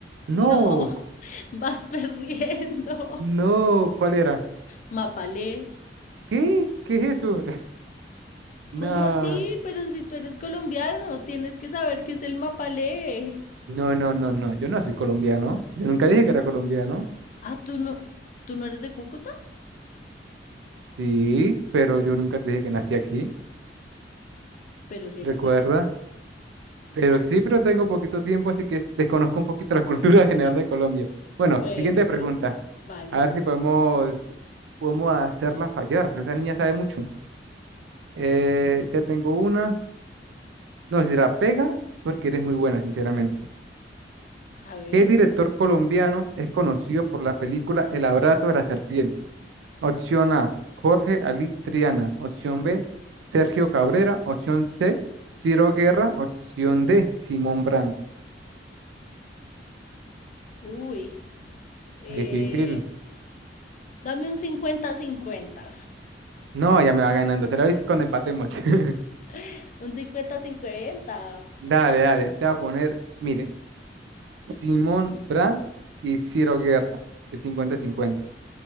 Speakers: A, on the right (about 90°); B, on the left (about 45°).
A: No,
B: no, <laughs> vas perdiendo.
A: no, ¿cuál era?
B: Mapalé.
A: ¿Qué? ¿Qué es eso? <laughs>
B: ¿Cómo así? Pero si tú eres colombiano, tienes que saber qué es el mapalé.
A: No, no, no, no, no, yo no soy colombiano. Yo nunca dije que era colombiano.
B: Ah, tú no, tú no eres de Cúcuta,
A: Sí, pero yo nunca te dije que nací aquí,
B: pero si eres
A: recuerda.
B: de
A: Pero sí, pero tengo poquito tiempo, así que desconozco un poquito la <laughs> cultura general de Colombia. Bueno,
B: Bueno,
A: siguiente
B: bueno,
A: pregunta.
B: válido.
A: A ver si podemos, podemos hacerla fallar, porque esta niña sabe mucho. Eh, ya tengo una. No, si la pega, es porque eres muy buena, sinceramente.
B: A ver,
A: ¿Qué director colombiano es conocido por la película El abrazo de la serpiente? Opción A, Jorge Ali Triana. Opción B, Sergio Cabrera. Opción C, Ciro Guerra. Opción D, Simón Brand.
B: uy, eh,
A: Está Difícil.
B: dame un cincuenta-cincuenta,
A: No, ya me va ganando. Se lo veis cuando empatemos. <laughs>
B: <laughs> Un cincuenta-cincuenta.
A: Dale, dale. Te voy a poner, mire, Simón Brand y Ciro Guerra. El cincuenta-cincuenta.